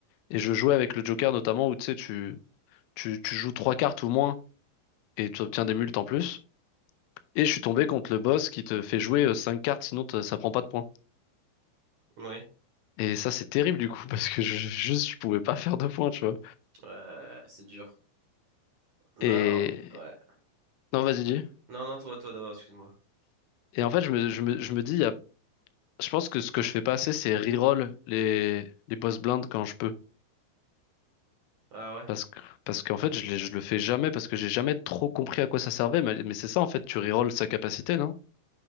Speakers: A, on the left; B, on the right.
A: Et je jouais avec le Joker, notamment, où tu sais, tu, tu, tu joues trois cartes ou moins. et tu obtiens des multes en plus. Et je suis tombé contre le boss qui te fait jouer euh, 5 cartes, sinon te- ça prend pas de points.
B: Oui.
A: Et ça, c'est terrible du coup, <laughs> parce que je, juste, je pouvais pas faire de points, tu vois.
B: Ouais, c'est dur. Non,
A: Et...
B: oh, ouais.
A: Non, vas-y, dis.
B: Non non, toi toi d'abord, excuse-moi.
A: Et en fait, je me, je me, je me dis, il y a... je pense que ce que je fais pas assez, c'est reroll les, les boss blindes quand je peux.
B: Ah ouais.
A: Parce que, parce qu'en fait, je, les- je le fais jamais, parce que j'ai jamais trop compris à quoi ça servait. Mais, mais c'est ça, en fait, tu reroll sa capacité, non?